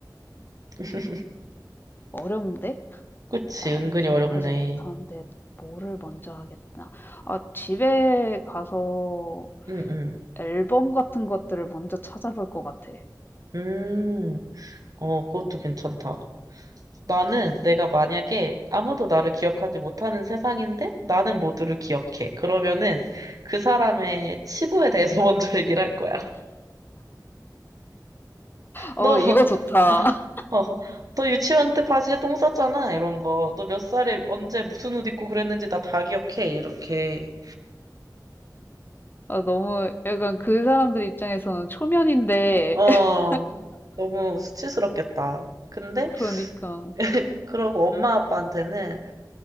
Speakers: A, on the right; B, on the left.
A: <laughs>
B: 어려운데?
A: 그치.
B: 나를
A: 은근히
B: 기억하지
A: 어렵네.
B: 못하는데 뭐를 먼저 하겠나? 아, 집에 가서
A: 응, 응.
B: 앨범 같은 것들을 먼저 찾아볼 것 같아.
A: 음, 어, 그것도 괜찮다. 나는 내가 만약에 아무도 나를 기억하지 못하는 세상인데 나는 모두를 기억해. 그러면은 그 사람의 치부에 대해서 <laughs> 먼저 얘기를 할 거야.
B: 어,
A: 너,
B: 이거 좋다. <laughs>
A: 어, 어, 너 유치원 때 바지에 똥 쌌잖아. 이런 거. 너 몇 살에 언제 무슨 옷 입고 그랬는지 나 다 기억해. 이렇게.
B: 아, 너무 약간 그 사람들 입장에서는 초면인데,
A: 어,
B: <laughs>
A: 너무 수치스럽겠다. 근데
B: 그러니까.
A: <laughs> 그러고 엄마 아빠한테는